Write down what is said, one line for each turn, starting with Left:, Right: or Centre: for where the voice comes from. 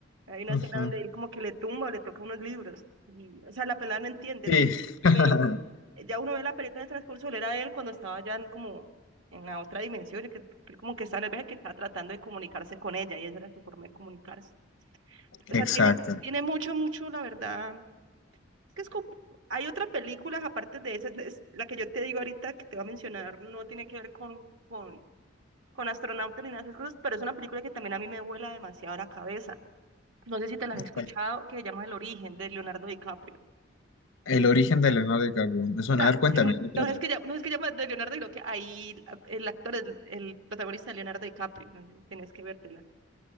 Right: Hay una
Left: ujú,
Right: escena donde él como que le tumba o le toca unos libros. Y, o sea, la pelada no entiende,
Left: Sí.
Right: la muchacha,
Left: <laughs>
Right: pero ya uno ve la película en el transcurso, él era él cuando estaba ya en como en la otra dimensión, y que él como que está en el viaje que está tratando de comunicarse con ella, y esa era su forma de comunicarse. O
Left: Exacto.
Right: sea, tiene, tiene mucho, mucho, la verdad. Es que es com- hay otras películas aparte de esas, es- la que yo te digo ahorita que te voy a mencionar, no tiene que ver con, con, con astronautas ni nada de esas cosas, pero es una película que también a mí me vuela demasiado la cabeza. No sé si te la has escuchado,
Left: Bueno,
Right: que se llama El origen, de Leonardo DiCaprio.
Left: el origen de Leonardo DiCaprio. Me suena.
Right: O sea,
Left: A ver, cuéntame.
Right: n-
Left: ¿De qué trata?
Right: no es que ya, no es que llama de Leonardo, sino que ahí el actor, el, el protagonista de Leonardo DiCaprio, no sé si tienes que vértela.